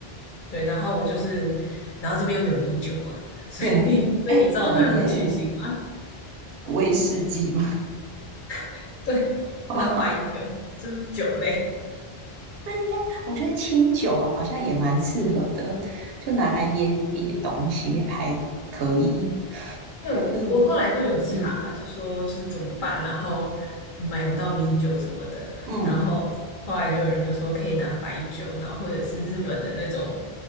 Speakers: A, on the left (about 55°); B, on the right (about 70°).
A: 对，然后我就是，然后这边又没有米酒嘛，所以
B: 对，
A: <laughs> 所以你知道我拿什么去腥吗？
B: 哎，对耶，威士忌嘛。
A: <laughs> 对，
B: <laughs>
A: 我拿白酒，就是酒类。
B: 那应该，我觉得清酒好像也蛮适合的，就拿来腌一点东西还可以。
A: 那我我后来就有查，
B: 就是嗯
A: 就说就是怎么办，然后买不到米酒什么的，
B: 嗯，
A: 然后后来就有人就说可以拿白酒，然后或者是日本的那种